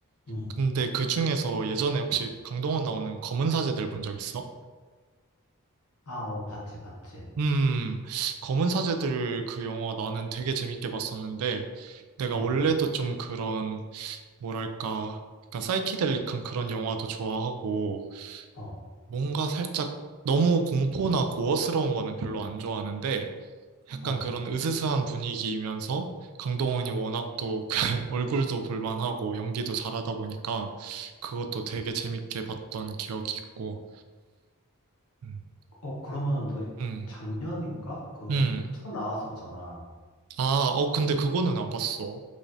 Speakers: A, on the left; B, on the right.
A: 응.
B: 근데 그 중에서 예전에 혹시 강동원 나오는 검은 사제들 본 적 있어?
A: 아, 어, 봤지, 봤지.
B: 음, 검은 사제들 그 영화 나는 되게 재밌게 봤었는데, 내가
A: 어,
B: 원래도 좀 그런, 뭐랄까, 약간 사이키델릭한 그런 영화도 좋아하고,
A: 어,
B: 뭔가 살짝 너무 공포나 고어스러운 거는 별로 안 좋아하는데, 약간
A: 어.
B: 그런 으스스한 분위기이면서 강동원이 워낙 또 <laughs> 그 얼굴도 볼만하고 연기도 잘하다 보니까 그것도 되게 재밌게 봤던 기억이 있고. 음.
A: 어, 그러면은 너
B: 음.
A: 작년인가? 그,
B: 음.
A: 투 나왔었잖아.
B: 아, 어, 근데 그거는 안 봤어.